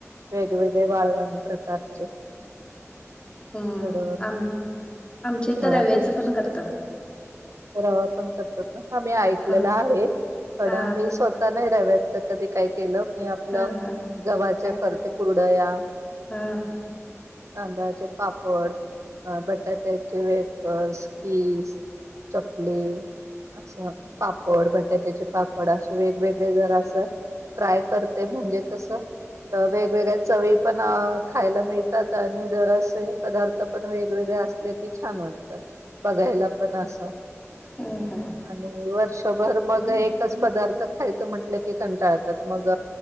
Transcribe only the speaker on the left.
हम
आम आमच्या
तर रव्याच
पण करतात
हा
हा
हा हा
हा
हा
हम्म
हम्म